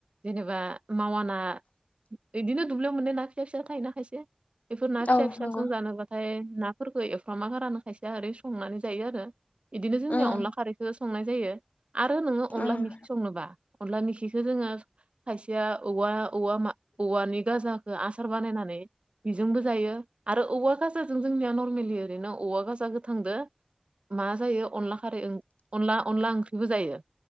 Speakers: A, on the right; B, on the left.
A: जेनेबा मावाना बिदिनो दुब्लियाव मोननाय ना फिसा फिसा थायोना खायसे बेफोर ना फिसा
B: औ नंगौ
A: फिसाजों जानोबाथाय ना फोरखो एफ्रामा गारानो खायसेया ओरै संनानै जायो आरो इदिनो जोंनिया
B: ओम
A: अनला खारैखौो संनाय जायो। आरो नोङो अनला
B: ओम
A: मेखि संनोबा, अनला मेखिखौ जोङो खायसेया औवा औवा मा औवानि गाजाखौ आसार बानायनानै जोंबो जायो आरो औवा गाजाजों जोंनिया नर्मेलि ओरैनो औवा गजा गोथांदो मा जायो अनला खारै अनला अनला ओंख्रिबो जायो।